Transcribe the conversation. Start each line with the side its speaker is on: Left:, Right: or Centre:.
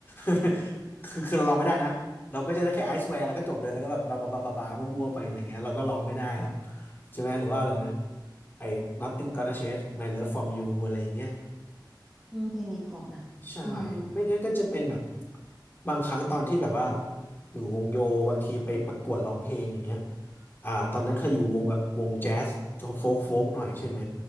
Left: อ <laughs> คือคือเราลองไม่ได้นะเราก็จะได้แค่
Centre: ฟัง
Left: I swear แล้วก็จบเลยแล้วก็แบบบาบาบาบาบามั่วๆไปอะไรเงี้ยเราก็ร้องไม่ได้หรอกใช่ไหมหรือว่าอะไรนะไอ้ Nothing gonna change my love from you อะไรอย่างเงี้ย
Centre: อืมเพลงนี้เพราะนะอืม
Left: ใช่ไม่งั้นก็จะเป็นแบบ บางครั้งตอนที่แบบว่าอยู่วงโยบางทีไปประกวดร้องเพลงอย่างเงี้ยอ่าตอนนั้นเคยอยู่วงแบบวงแจ๊สโฟกโฟกหน่อยใช่ไหม